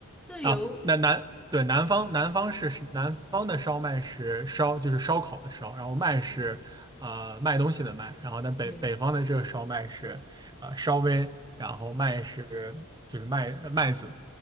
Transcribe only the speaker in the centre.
这有
对
对